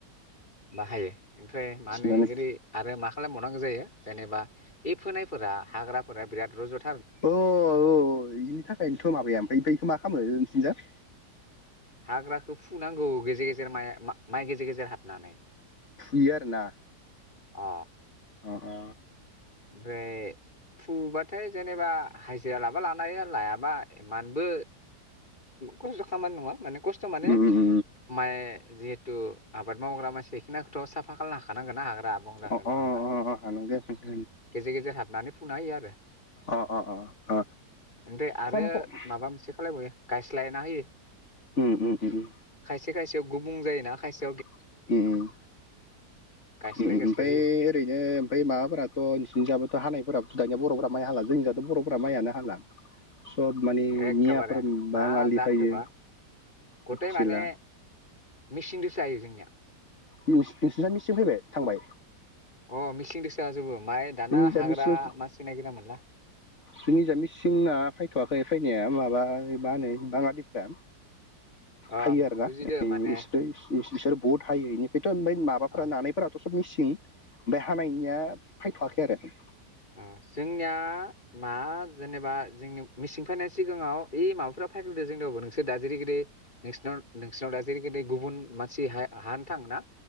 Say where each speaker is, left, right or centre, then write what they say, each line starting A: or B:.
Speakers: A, on the left; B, on the left.
A: बाहायो। ओमफ्राय मा
B: थिगानो
A: होनो आरो मा खालाम बावनांगौ जायो। जेनेबा बे फोनायफोरा हाग्राफोरा बिराद रज'।
B: अ बेनि थाखायनोथ' माबाया ओमफ्राय बेखौ मा खालामो। <unintelligible>
A: हाग्राखौ फुनांगौ गेजेर गेजेर माइ माइ गेजेर गेजेर हाबनानै।
B: फुयो आरोना।
A: अ
B: अ-अ
A: ओमफ्राय फुबाथाय जेनेबा हाजिरा लाबा लानो हायो लायाबा इमानबो खस्थ' खामानि नङा माने खस्थ' माने
B: उम उम
A: माय जिहेतु आबाद मावग्रा मानसि बेखिनिखौथ' साफा खाला खानांगोन ना बंग्राखौ
B: अ
A: नङा
B: अ
A: होमबा
B: अ अ हानांगोन
A: गेजेर गेजेर हाबनानै फुना होयो आरो
B: अ अ अ
A: ओमफ्राय आरो
B: खम खम
A: माबा मोनसे खालायबावयो गायस्लायना होयो
B: उम उम उम उम
A: खायसे खायसेयाव गुबुं जायोना खायसे
B: ओम ओम ओम
A: गायस्लाय
B: ओम
A: गायस्लाय
B: ओमफ्राय
A: होयो
B: ओरैनो ओमफ्राय माबाफोराथ' निबोथ' हानायफोराथ' दानिया बर'फ्रा माइ हाला जोंनिथ' बर'फ माइआनो हाला सब माने
A: एखेबारे
B: मियाफोर बाङालि
A: मा जाखोबा
B: फैयो
A: गथाय
B: मिथिला
A: माने मेचिनदोसो हायो जोंनिया
B: नोंसिना मिसिन फैबाय थांबाय
A: अ मिसिंदोसो हाजोबो ओमफ्राय दाना
B: जोंनिसाय
A: हाग्रा
B: मिसिं
A: मानसि नागिरना मोनला
B: जोंनिसाय मिसिंना फैथ'वाखै फैनाया माबा मा होनो बाङालिफ्रा
A: अ
B: हायो आरोना
A: बुजिदो
B: बि
A: माने
B: इसोरो इसोर बहुद हायो बेनिफ्रायथ' ओमफ्राय माबाफ्रा
A: अ
B: नानायफोराथ' मिसिं बे हानायनिया फायथ'वाखै आरो
A: ओम जोंनिया मा जेनेबा जोंनि मिसिं फायनायनि सिगाङाव इ माबाफोरा फायग्रोदो जोंनियावबो नोंसोर दा जेरै गिदै नोंसिनाव नोंसिरनाव दा जेरैगिदै गुबुन मानसि हा हानो थाङो ना